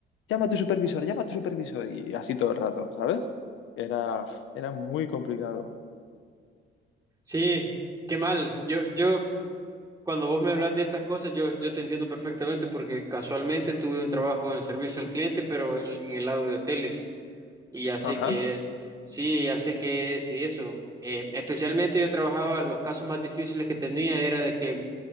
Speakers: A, on the left; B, on the right.
A: llama a tu supervisor, llama a tu supervisor. Y así todo el rato, ¿sabes? Era, era muy complicado.
B: Sí, qué mal. Yo, yo, cuando vos me hablas de estas cosas, yo, yo te entiendo perfectamente porque casualmente tuve un trabajo en servicio al cliente, pero en, en el lado de hoteles. Y ya sé
A: Ajá,
B: que es, sí, ya sé que es y eso. Eh, especialmente yo trabajaba, los casos más difíciles que tenía era de que